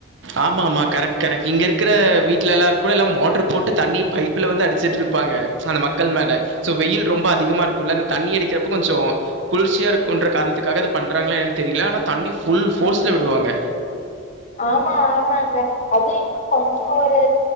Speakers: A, on the right; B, on the left.
A: ஆமா ஆமா கரெக்ட் கரெக்ட் இங்க இருக்கிற வீட்லல்லா கூட எல்லா மோட்ரு போட்டு தண்ணி பைப்ல வந்து அடிச்சிட்டு இருப்பாங்க அந்த மக்கள் மேல சோ வெயில் ரொம்ப அதிகமா இருக்குல்ல அந்த தண்ணி அடிக்கிறப்ப கொஞ்சோ குளிர்ச்சியா இருக்குன்ற காரணத்துக்காக இத பண்றாங்களா எனு தெரில ஆனா தண்ணி ஃபுல் ஃபோர்ஸ்ல விடுவாங்க
B: ஆமா ஆமாங்க அது இன்னு கொஞ்ச ஒரு